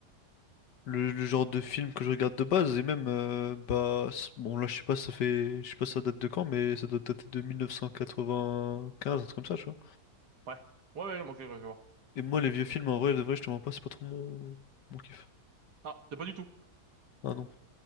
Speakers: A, on the left (about 80°); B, on the right (about 70°).
A: le, le genre de film que je regarde de base, et même, euh, bah... c- Bon, là, je sais pas, ça fait... Je sais pas si ça date de quand, mais ça doit dater de 1995, un truc comme ça, tu vois.
B: Ouais, ouais, ouais, ok, ouais, je vois.
A: Et moi, les vieux films, en vrai, de vrai, je te mens pas, c'est pas trop mon... mon kiff.
B: Ah, t'es pas du tout.
A: Ah non.